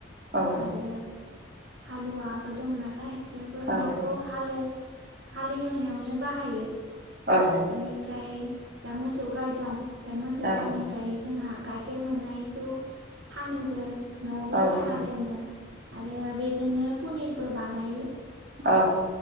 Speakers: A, on the right; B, on the right.
A: औ
B: आरो हालुवाबो दं नालाय बेखौ
A: औ
B: बेखौ हाले हालि हेवनायावनो बाहायो।
A: औ
B: बेनिफ्राय जा मोसौ गाय दं बे मोसौ
A: औ
B: गाइनिफ्राय जोंहा गाइखेर मोननायखौ फानोबो। न'आवबो
A: औ
B: साहा लोङो आरो बेजोंनो पनिरबो बानायो।
A: औ।